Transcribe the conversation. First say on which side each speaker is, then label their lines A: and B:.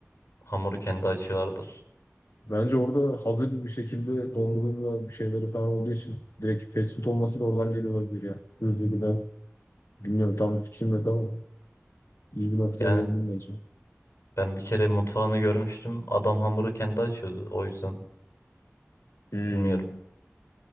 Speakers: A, on the left; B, on the left.
A: hamuru kendi açıyorlardır.
B: bence orada hazır bir şekilde dondurulma bir şeyleri falan olduğu için direkt fast food olması da oradan geliyor olabilir ya. Hızlı gıda. Bilmiyorum tam fikrim yok ama iyi bir noktaya
A: Yani
B: değindim bence.
A: ben bir kere mutfağını görmüştüm. Adam hamuru kendi açıyordu. O yüzden
B: Hmm.
A: bilmiyorum.